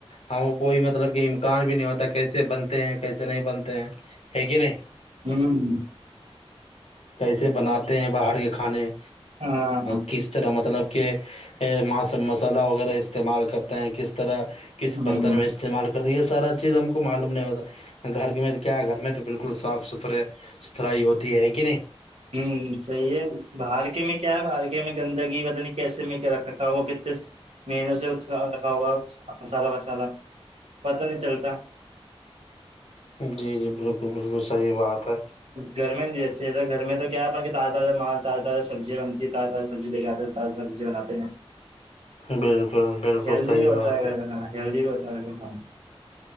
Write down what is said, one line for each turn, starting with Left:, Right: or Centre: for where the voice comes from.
Left: ہاں کوئی مطلب کہ امکان بھی نہیں ہوتا کیسے بنتے ہیں کیسے نہیں بنتے ہیں ہے کہ نہیں
Right: ہمم
Left: کیسے بناتے ہیں باہر کے کھانے
Right: ہاں
Left: کس طرح مطلب کہ ماس مسالحہ وغیرہ استعمال کرتے ہیں کس طرح کس
Right: ہوں
Left: برتن
Right: ہوں
Left: میں استعمال یہ سارا چیز ہم کو معلوم نہیں ہوتا گھر میں تو کیا ہے گھر میں تو بالکل صاف ستھرا ستھرے ستھرائی ہوتی ہے کہ نہیں
Right: ہوں صحیح ہے باہر کے میں کیا ہے باہر کے میں گندگی پتا نہیں کیسے میں کیا رکھا ہو کتنے مینو سے سدا ہوا ہو مسالہ وسالہ پتا نہیں چلتا
Left: جی جی بالکل بالکل صحیح بات ہے
Right: گھر میں جیسے گھر میں تو کیا ہے اپن کے تاز تازہ مال تازہ تازہ سبزی وبزی تازی سبزی لے آتے تازہ سبزی بناتے ہیں
Left: بالکل بالکل
Right: ہیلدی
Left: صحیح
Right: بھی ہوتا
Left: بات
Right: ہے گھر کا کھانا ہیلدی ہوتا ہے